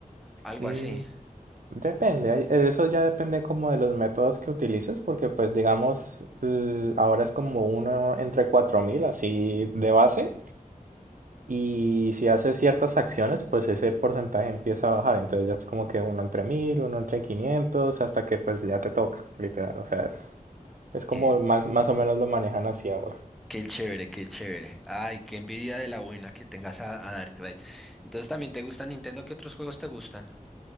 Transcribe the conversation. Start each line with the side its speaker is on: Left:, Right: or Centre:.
Centre: algo
Right: Mm,
Centre: así.
Right: Depende, hay- eh, eso ya depende como de los métodos que utilices, porque pues digamos, l- ahora es como uno entre 4.000 así de base, y si haces ciertas acciones, pues ese porcentaje empieza a bajar, entonces ya es como que uno entre 1.000 uno entre 500 hasta que pues ya te toca, literal, o sea, es, es como
Centre: Qué,
Right: más, más o menos lo manejan así ahora.
Centre: qué chévere, qué chévere. Ay, qué envidia de la buena que tengas a, a Darkrai. Entonces, ¿también te gusta Nintendo? ¿Qué otros juegos te gustan?